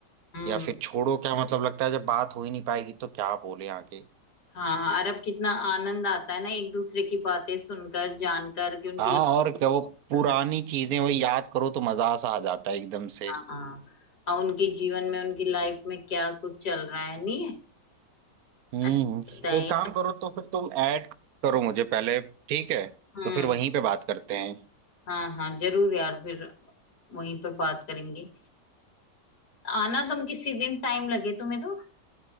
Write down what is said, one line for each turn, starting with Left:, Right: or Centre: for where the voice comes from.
Left: हम्म
Right: या फिर छोड़ो क्या मतलब लगता है जब बात हो ही नहीं पाएगी तो क्या बोले आगे
Left: हाँ अरब कितना आनंद आता है ना एक दूसरे की बातें सुनकर जानकर कि उनकी
Right: हाँ
Left: लाइफ
Right: और क्या वो पुरानी
Left: चल रहा है
Right: चीजें वो याद करो तो मजा सा आ जाता है एकदम से
Left: हाँ हाँ और उनके जीवन में उनकी लाइफ में क्या कुछ चल रहा है नहीं है
Right: हम्म
Left: अच्छा लगता है
Right: एक
Left: यार
Right: काम करो तो फिर तुम ऐड करो मुझे पहले ठीक है
Left: हम्म
Right: तो फिर वहीं पे बात करते हैं
Left: हाँ हाँ जरूर यार फिर वहीं पर बात करेंगे आना तुम किसी दिन टाइम लगे तुम्हें तो